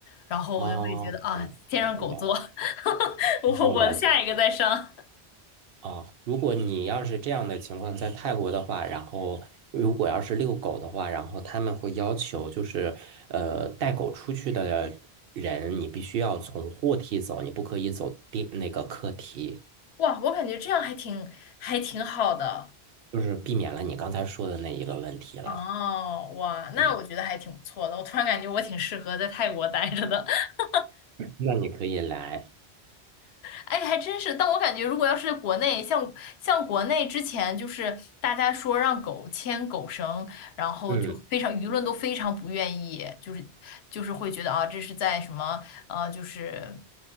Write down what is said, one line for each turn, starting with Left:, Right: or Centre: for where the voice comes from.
Left: 然后我就会觉得啊，
Right: 哦，嗯，
Left: 先让狗坐，
Right: 了解了解，
Left: <laughs> 我我下一个再上。
Right: 哦，了解。啊，如果你要是这样的情况在泰国的话，然后如果要是遛狗的话，然后他们会要求就是，呃，带狗出去的人，你必须要从货梯走，你不可以走地那个客梯，
Left: 哇，我感觉这样还挺还挺好的
Right: 就是避免了你刚才说的那一个问题了。
Left: 哦，哇，那我觉得还挺不错的。
Right: 嗯，
Left: 我突然感觉我挺适合在泰国待着的。<laughs>
Right: 那你可以来，
Left: 哎，还真是。但我感觉，如果要是国内，像像国内之前，就是大家说让狗牵狗绳，然后就非常舆论都非常不愿意，
Right: 嗯。
Left: 就是就是会觉得啊，这是在什么呃，就是